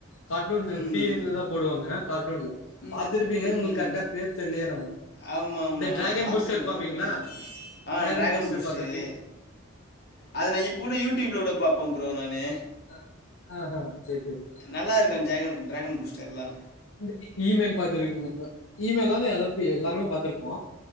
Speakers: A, on the left; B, on the left.
A: கார்ட்டூனு
B: ம்
A: சிஎன்ல தா போடுவாங்க கார்ட்டூன்ல
B: ம்
A: பாத்திருப்பீங்க
B: ம்
A: உங்களுக்கு கரெட்டா பேர் தெர்லயே என்னமோ
B: ஆமாம் ஆமாம்
A: இந்த ட்ராகன்
B: பார்த்துருக்கேன்னு
A: பூஷ்டர் பாப்பீங்களா
B: நினைக்கிறேன் ஆ
A: ட்ராகன்
B: டிராகன்
A: பூஸ்டர்
B: பூஸ்டரு
A: பாத்திருப்பேக்
B: அது நா இப்ப கூட யூடியூப்ல கூட பாப்பே ப்ரோ நானு
A: அ ஆஹ சேர் சரி
B: நல்லா இருக்கு ஜெகன் டிராகன் பூஸ்டர்லா
A: இந்த இமெயில் பாத்துருக்கீங்கல இமெயில்லாம எல்லாபி எல்லாருமே பாத்துருப்போ